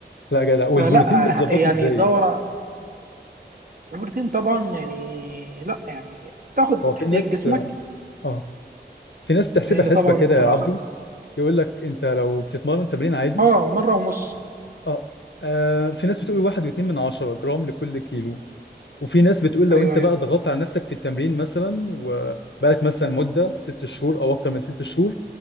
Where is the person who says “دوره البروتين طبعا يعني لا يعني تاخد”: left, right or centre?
Right